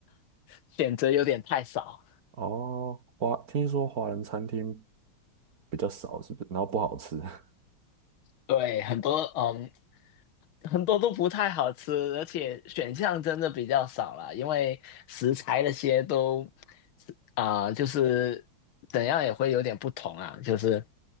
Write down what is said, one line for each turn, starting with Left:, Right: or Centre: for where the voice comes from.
Left: 选择有点太少。
Right: 哦，华，听说华人餐厅比较少，是不是？然后不好吃。<laughs>
Left: 对，很多嗯，很多都不太好吃，而且选项真的比较少了，因为食材那些都啊、就是怎样也会有点不同啊，就是